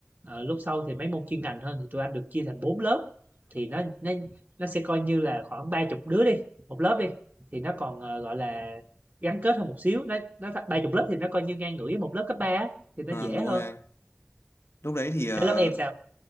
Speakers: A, on the right; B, on the left.
A: ờ, lúc sau thì mấy môn chuyên ngành hơn thì tụi anh được chia thành bốn lớp thì nó nó nó sẽ coi như là khoảng ba chục đứa đi một lớp đi thì nó còn ờ, gọi là gắn kết hơn một xíu nó nó ba chục lớp thì nó coi như ngang ngửa với một lớp cấp ba á, thì nó
B: À,
A: dễ
B: đúng
A: hơn
B: rồi anh. Lúc đấy thì ờ,
A: thế lớp em sao